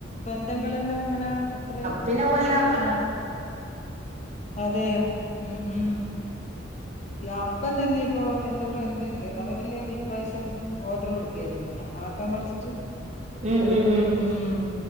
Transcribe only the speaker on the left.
ബന്ധങ്ങളെല്ലാം ഇങ്ങനെ അത്ര
ആഹ് അതെ ഉ ഉം. യാ അപ്പം തന്നെ ഇപ്പോ എന്റെ ഫ്രണ്ട് ഉണ്ട് അവരെല്ലാം ഈപാവശ്യം ഓർഡർ കൊടുക്കായിരുന്നു അ ആ ക്കാം മടിച്ചിട്ട്
ഉം